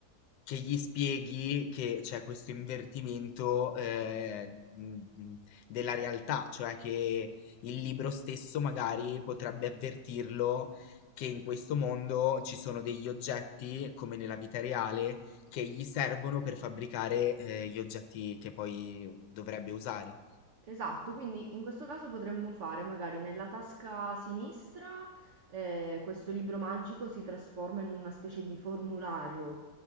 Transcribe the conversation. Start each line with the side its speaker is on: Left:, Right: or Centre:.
Left: che gli spieghi che c'è questo invertimento eh, mh, mh, della realtà, cioè che il libro stesso magari potrebbe avvertirlo che in questo mondo ci sono degli oggetti, come nella vita reale, che gli servono per fabbricare eh, gli oggetti che poi dovrebbe usare.
Right: Esatto, quindi in questo caso potremmo fare magari nella tasca sinistra eh, questo libro magico si trasforma in una specie di formulario,